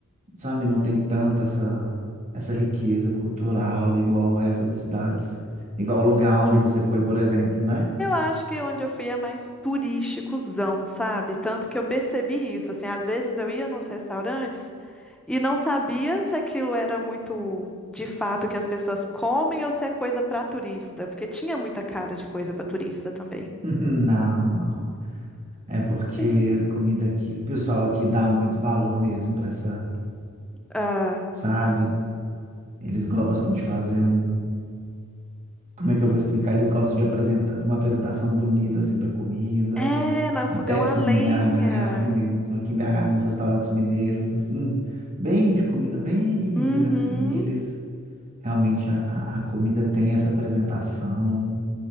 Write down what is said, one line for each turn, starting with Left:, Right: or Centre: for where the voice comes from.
Right: sabe? Não tem tanta essa, essa riqueza cultural igual o resto das cidades. Igual o lugar onde você foi, por exemplo, né?
Centre: Eu acho que onde eu fui é mais turísticozão, sabe? Tanto que eu percebi isso, assim, às vezes eu ia nos restaurantes e não sabia se aquilo era muito de fato que as pessoas comem ou se é coisa para turista, porque tinha muita cara de coisa para turista também.
Right: <laughs> Não, não. É porque
Centre: <laughs>
Right: a comida aqui, o pessoal aqui dá muito valor mesmo para essa,
Centre: Ah,
Right: sabe? Eles gostam de fazer um, como é que eu vou explicar? Eles gostam de apresentar, de uma apresentação bonita assim para comida.
Centre: é, não,
Right: Até
Centre: fogão
Right: que
Centre: a lenha.
Right: em BH é assim mesmo. Aqui em BH tem uns restaurantes mineiros assim, bem de comida bem mineira
Centre: Uhum.
Right: assim. E eles realmente a, a a comida tem essa apresentação,